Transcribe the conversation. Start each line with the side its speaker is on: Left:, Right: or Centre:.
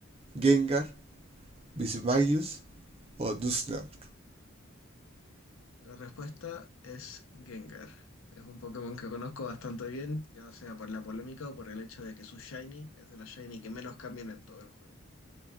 Right: Gengar, Vismagius o Dusknoir.
Left: La respuesta es Gengar. Es un Pokémon que conozco bastante bien, ya sea por la polémica o por el hecho de que su Shiny es de la Shiny que menos cambian en todo el juego.